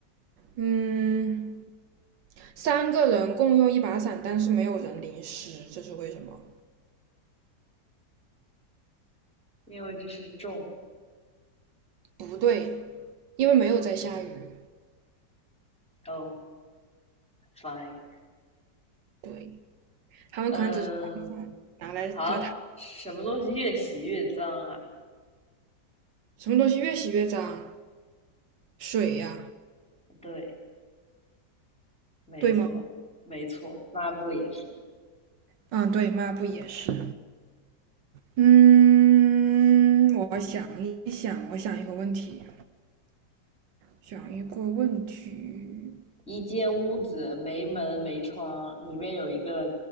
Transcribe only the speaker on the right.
嗯，三个人共用一把伞，但是没有人淋湿，这是为什么？
不对，因为没有在下雨。
对。他们可能只是
拿来遮腾。
什么东西越洗越脏？水呀，
对吗？
嗯，对，抹布也是。嗯，我想一想，我想一个问题，想一个问题。